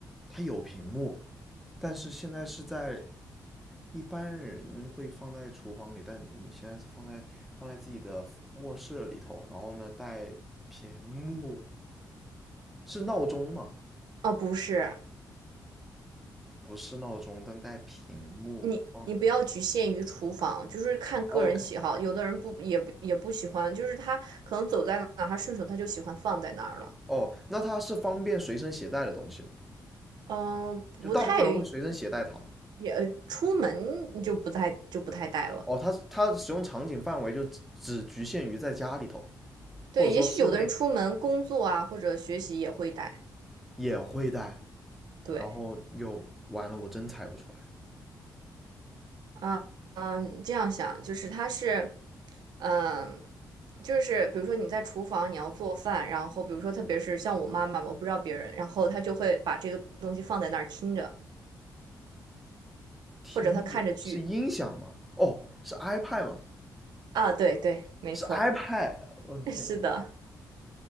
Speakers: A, in the centre; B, on the right.
A: 它有屏幕，但是现在是在一般人会放在厨房里，但你现在是放在放在自己的卧室里头，然后呢带屏幕，是闹钟吗？
B: 啊，不是
A: 不是闹钟，但带屏幕。
B: 你，
A: 嗯
B: 你不要局限于厨房，就是看个人喜好。
A: ，OK，
B: 有的人不也不也不喜欢，就是他可能走在哪儿，他顺手他就喜欢放在那儿了。
A: 哦，那它是方便随身携带的东西吗？
B: 嗯，不太
A: 就大部分人会随身携带它吗？
B: 也出门就不太就不太带了。
A: 哦，它它的使用场景范围就只只局限于在家里头，
B: 对，
A: 或者说室内
B: 也许有的人出门工作啊或者学习也会带。
A: 也会带。
B: 对。
A: 然后又完了，我真猜不出来。
B: 嗯嗯，这样想就是他是，嗯，就是比如说你在厨房你要做饭，然后比如说特别是像我妈妈嘛，我不知道别人，然后她就会把这个东西放在那儿听着，
A: 听着是音响吗？
B: 或者她看着剧
A: 哦，是 iPad 吗？
B: 啊，对对，没错，
A: 是 iPad。我的天！
B: <laughs> 是的。